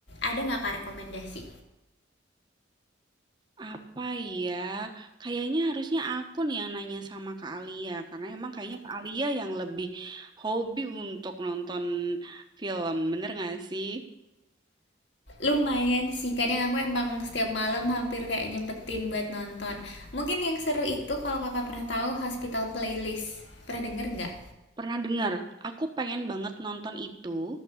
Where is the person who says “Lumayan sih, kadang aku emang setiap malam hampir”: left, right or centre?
Left